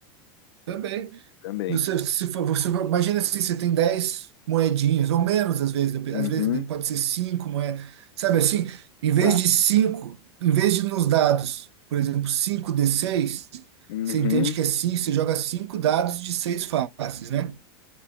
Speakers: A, on the right; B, on the left.
A: também.
B: Também.
A: Você, se for, você, imagina assim, você tem 10 moedinhas, ou menos às vezes, dep-
B: Uhum,
A: às vezes pode ser cinco moedas, sabe assim? Em vez
B: tá.
A: de cinco em vez de nos dados, por exemplo, cinco d seis
B: Uhum,
A: você entende que é cinco você joga 5 dados de seis faces, né?